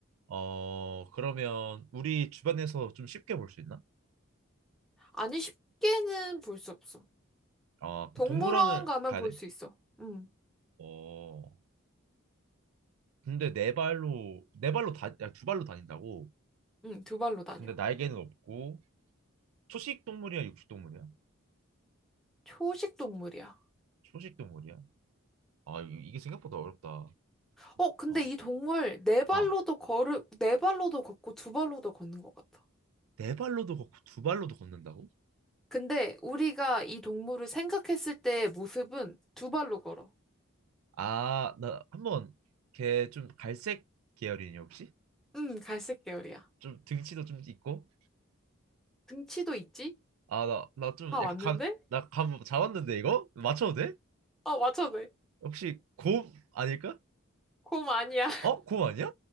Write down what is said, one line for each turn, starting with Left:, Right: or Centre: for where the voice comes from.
Right: 어, 그러면 우리 주변에서 좀 쉽게 볼 수 있나?
Centre: 아니, 쉽게는 볼 수 없어.
Right: 어, 그럼
Centre: 동물원
Right: 동물원을
Centre: 가면
Right: 가야
Centre: 볼
Right: 돼?
Centre: 수 있어. 응,
Right: 어, 근데 네 발로, 네 발로 다, 아니, 두 발로 다닌다고?
Centre: 응, 두 발로 다녀.
Right: 근데 날개는 없고, 초식 동물이야, 육식 동물이야?
Centre: 초식 동물이야.
Right: 초식 동물이야? 아, 이- 이게 생각보다 어렵다.
Centre: 어, 근데
Right: 어,
Centre: 이 동물 네 발로도
Right: 아,
Centre: 걸을, 네 발로도 걷고 두 발로도 걷는 것 같아.
Right: 네 발로도 걷고, 두 발로도 걷는다고?
Centre: 근데 우리가 이 동물을 생각했을 때의 모습은 두 발로 걸어.
Right: 아, 나 한번 걔 좀 갈색 계열이니 혹시?
Centre: 응, 갈색 계열이야.
Right: 좀 등치도 좀 있고?
Centre: 등치도 있지?
Right: 아, 나, 나 좀
Centre: 다
Right: 약간
Centre: 왔는데?
Right: 감, 나감 잡았는데 이거? 맞춰도 돼?
Centre: 아, 맞춰도 돼.
Right: 혹시 곰 아닐까?
Centre: 곰 아니야.
Right: 어? 곰 아니야?